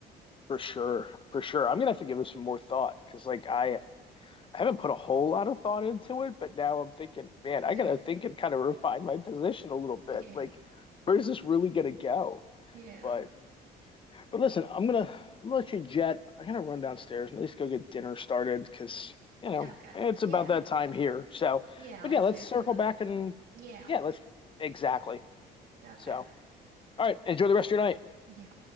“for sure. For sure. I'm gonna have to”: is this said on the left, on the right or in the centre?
Left